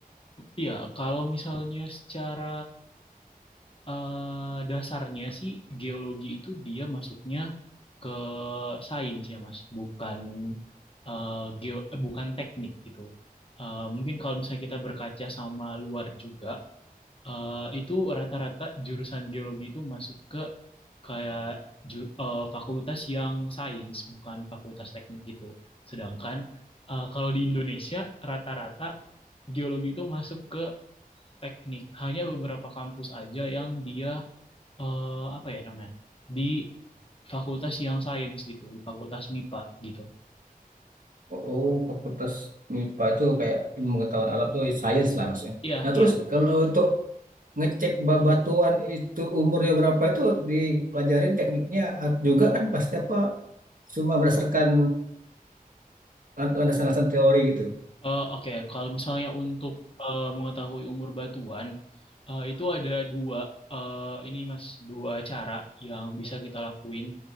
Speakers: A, on the left; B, on the right.
A: Iya, ya, kalau misalnya secara eh, dasarnya sih geologi itu dia masuknya ke eh, sains ya Mas, bukan eh, geo, eh, bukan teknik gitu. Eh, mungkin kalau misalnya kita berkaca sama luar juga, eh, itu rata-rata jurusan geologi itu masuk ke kayak ju- eh, fakultas yang sains, bukan fakultas teknik gitu. Sedangkan eh, kalau di Indonesia rata-rata geologi itu masuk ke teknik. Hanya beberapa kampus aja yang dia eh, apa ya namanya? di fakultas yang sains gitu, di fakultas MIPA gitu.
B: Oh, fakultas MIPA itu kayak ilmu pengetahuan alam tuh science lah maksudnya.
A: Iya,
B: Nah, terus
A: iya.
B: kalau untuk ngecek babatuan itu umurnya berapa itu dipelajarin tekniknya eh, juga kan pasti apa cuma berdasarkan landasan-landasan teori gitu.
A: Eh, Oke, Kalau misalnya untuk eh, mengetahui umur batuan, eh, itu ada dua eh, ini Mas, dua cara yang bisa kita lakuin.